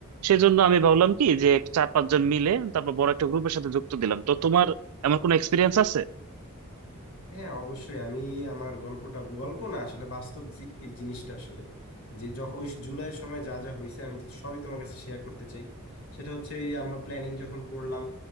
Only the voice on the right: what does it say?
সেজন্য আমি ভাবলাম কি যে চার পাঁচজন মিলে তারপর বড় একটা গ্রুপের সাথে যুক্ত দিলাম তো তোমার এমন কোনো এক্সপিরিয়েন্স আছে